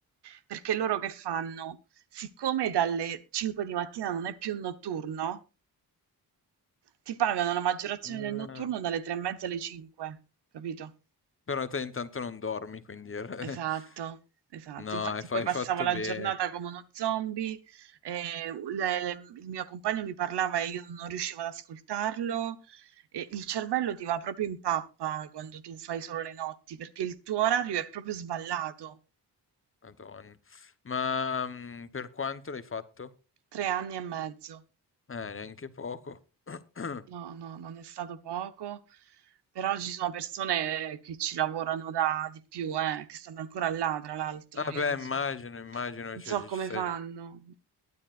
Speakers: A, on the right (about 80°); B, on the left (about 30°).
A: perché loro che fanno? Siccome dalle 5 di mattina non è più notturno, ti pagano la maggiorazione
B: eh,
A: del notturno dalle 3 e mezza alle 5, capito?
B: Però te intanto non dormi, quindi... <laughs>
A: Esatto, esatto.
B: No,
A: Infatti
B: hai fa-
A: poi
B: hai
A: passavo
B: fatto
A: la
B: bene,
A: giornata come uno zombie, eh, le- le- il mio compagno mi parlava e io non riuscivo ad ascoltarlo. E il cervello ti va proprio in pappa quando tu fai solo le notti, perché il tuo orario è proprio sballato.
B: Madonna. Ma mm, per quanto l'hai fatto?
A: Tre anni e mezzo.
B: Eh, neanche poco. <clears throat>
A: No, no, non è stato poco, però ci sono persone eh, che ci lavorano da di più, eh, che stanno ancora là, tra l'altro,
B: Vabbè,
A: io non
B: immagino,
A: so,
B: immagino,
A: non
B: cioè,
A: so
B: ci
A: come
B: ci sei-
A: fanno.